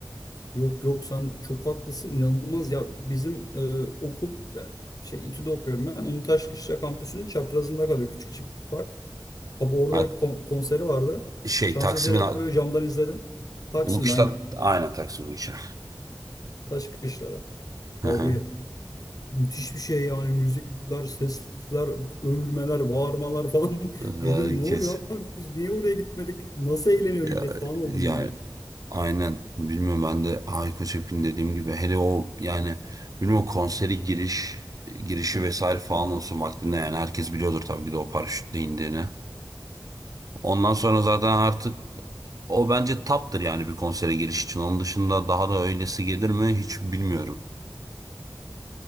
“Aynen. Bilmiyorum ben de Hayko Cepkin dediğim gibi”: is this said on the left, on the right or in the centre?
Right